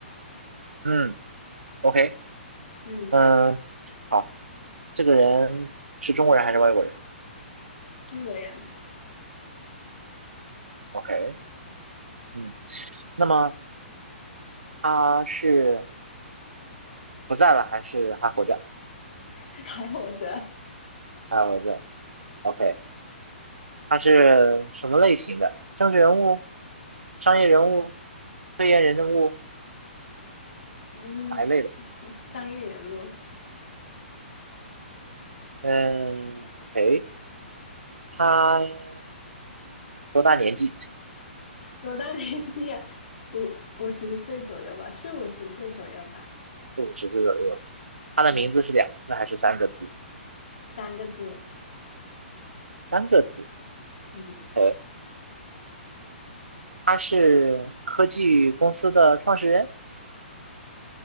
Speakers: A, on the right; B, on the left.
A: 嗯，OK，
B: 嗯，
A: 嗯，好，这个人是中国人还是外国人
B: 中国人
A: ？OK，嗯，那么他是不在了还是还活着？
B: <laughs> 还活着，
A: 还活着。OK，他是什么类型的？政治人物、商业人物、科研人物
B: 嗯，
A: 哪一类的？
B: 是商业人物，
A: 嗯，OK。他多大年纪？
B: 多大年纪啊？五五十岁左右吧，四五十岁左右吧，
A: 四五十岁左右。他的名字是两个字还是三个字？
B: 嗯，三个字，
A: 三个字。
B: 嗯，
A: OK，他是科技公司的创始人。